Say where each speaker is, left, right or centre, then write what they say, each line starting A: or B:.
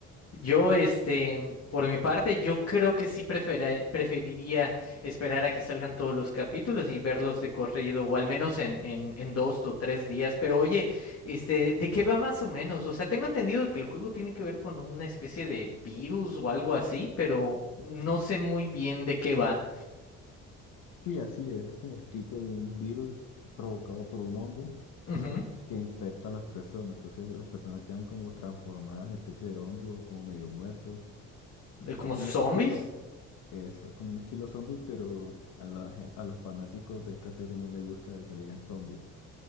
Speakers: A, on the left; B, on the left.
A: Yo, este, por mi parte, yo creo que sí prefera- preferiría esperar a que salgan todos los capítulos y verlos de corrido, o al menos en, en, en dos o tres días. Pero oye, este, ¿de qué va más o menos? O sea, tengo entendido que el juego tiene que ver con una especie de virus o algo así, pero no sé muy bien de qué va.
B: Sí, así es, como es tipo de un virus provocado por un hongo
A: Ujú.
B: que infecta a las personas. Entonces las personas quedan como transformadas en especie de hongo, como medio muertos.
A: ¿De
B: Es
A: como
B: como
A: zombies?
B: un estilo, eso, como un estilo zombie, pero a, la ge- a los fanáticos de esta serie no les gusta que le digan zombie.